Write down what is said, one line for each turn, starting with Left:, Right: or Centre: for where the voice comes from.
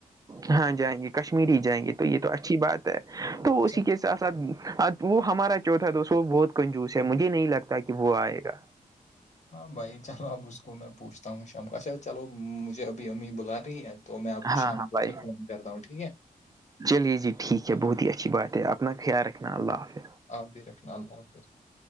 Right: ہاں جائیں گے کشمیری ہی جائیں گے تو یہ تو اچھی بات ہے تو
Left: ہے
Right: اسی کے ساتھ ساتھ وہ ہمارا چوتھا دوست وہ بہت کنجوس ہے مجھے نہیں لگتا کہ وہ آئے گا
Left: ہاں بھائی چلو اب اس کو میں پوچھتا ہوں شام کا اچھا چلو مجھے ابھی امی بلا رہی ہے تو میں آپ کو
Right: ہاں
Left: شام
Right: ہاں
Left: کو
Right: بھائی
Left: پھر فون کرتا ہوں ٹھیک ہے
Right: چلیے جی ٹھیک ہے بہت ہی اچھی بات ہے اپنا خیال رکھنا اللہ حافظ
Left: آبی رکھنا اللہ حافظ رکھ <unintelligible>